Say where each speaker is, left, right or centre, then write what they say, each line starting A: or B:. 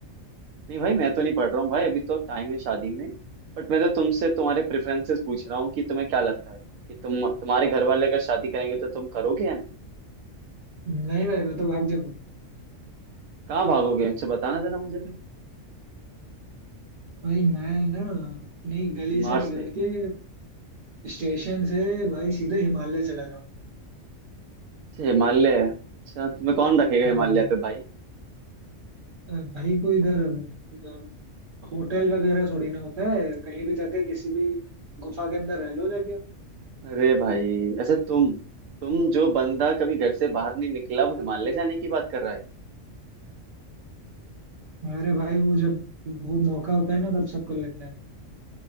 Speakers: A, on the right; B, on the right.
A: नहीं भाई मैं तो नहीं पढ़ रहा हूँ भाई अभी तो टाइम है शादी में बट मैं तो तुमसे तुम्हारे प्रेफरेंसेस पूछ रहा हूँ कि तुम्हें क्या लगता है कि तुम तुम्हारे घर वाले अगर शादी करेंगे तो तुम करोगे या नहीं
B: नहीं भाई मैं तो भाग जाऊंगा
A: कहाँ भागोगे अच्छा बताना जरा मुझे फिर
B: भाई मैं ना अपनी गली से
A: मार्स
B: निकल
A: पे
B: के स्टेशन से भाई सीधे हिमालय चला जाऊँ
A: अच्छा हिमालय अच्छा तुम्हें कौन रखेगा
B: हाँ
A: हिमालय
B: भाई
A: पे भाई
B: अ, भाई कोई इधर अ, होटल वगैरह थोड़ी ना होता है कहीं भी जाके किसी भी गुफा के अंदर रह लो जाके
A: अरे भाई अच्छा तुम तुम जो बंदा कभी घर से बाहर नहीं निकला वो हिमालय जाने की बात कर रहा है
B: हमारे भाई वो जब वो मौका होता है ना तब सब कर लेते हैं